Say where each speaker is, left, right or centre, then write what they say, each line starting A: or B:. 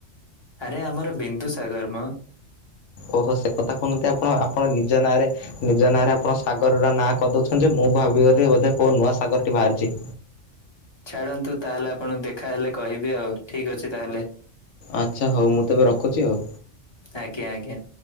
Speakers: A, on the left; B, on the left.
A: ଆରେ ଆମର ବିନ୍ଦୁ ସାଗର ମ
B: ଓହୋ ସେ କଥା କହୁନାହାନ୍ତି ଆପଣ ଆପଣ ନିଜ ନାଁରେ ନିଜ ନାଁରେ ଆପଣ ସାଗରର ନାଁ କରି ଦଉଛନ୍ତି ମୁଁ ଭାବିଗଲି ବୋଧେ କୋଉ ନୂଆ ସାଗର ଟି ବାହାରିଛି।
A: ଛାଡ଼ନ୍ତୁ ତାହେଲେ ଆପଣ ଦେଖା ହେଲେ କହିବି ଆଉ ଠିକ ଅଛି ତାହେଲେ।
B: ଆଚ୍ଛା ହଉ ମୁଁ ତେବେ ରଖୁଛି ଆଉ।
A: ଆଜ୍ଞା ଆଜ୍ଞା।